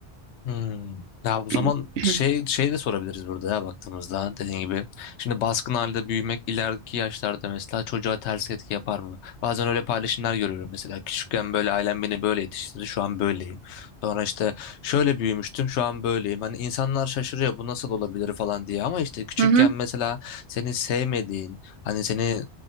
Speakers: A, on the left (about 80°); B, on the right (about 80°).
A: Hmm. Ya o
B: <clears throat>
A: zaman şey şey de sorabiliriz burada ya baktığımızda dediğin gibi. Şimdi baskın halde büyümek ileriki yaşlarda mesela çocuğa ters etki yapar mı? Bazen öyle paylaşımlar görüyorum mesela küçükken böyle ailem beni böyle yetiştirdi şu an böyleyim. Sonra işte şöyle büyümüştüm şu an böyleyim. Hani insanlar şaşırıyor bu nasıl olabilir falan diye ama işte küçükken
B: Hı hı.
A: mesela seni sevmediğin hani seni